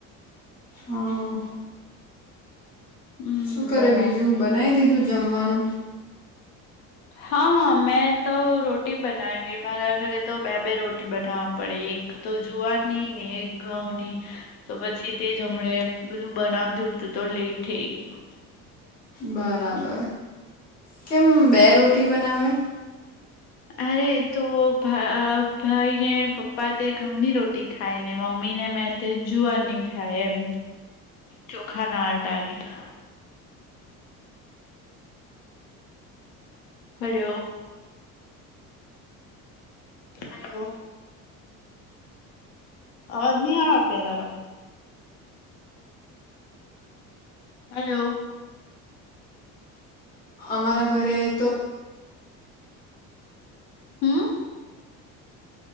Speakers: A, on the left; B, on the left.
A: હા
B: હમ
A: શું કરે
B: બરાબર
A: બીજું બનાવી દીધું જમવાનું?
B: હા મેં તો રોટી બનાયવી મારા ઘરે તો બે બે રોટી બનાવવા પડે એક તો જુવારની ને એક ઘઉંની તો પછી તે જ હમણા બધું બનાવતી હતું તો લેટ થઈ ગયું.
A: બરાબર. કેમ બે રોટી બનાવે?
B: અરે તો અ ભા ભાઈને પપ્પા તે ઘઉંની રોટી ખાય ને મમ્મી ને મેં તે જુવારની ખાય એમ, ચોખા ના આટાની ખા હલો. હલો, અવાજ નહી આવે ફિયા તારો. હલો,
A: અમારા ઘરે તો,
B: હમ,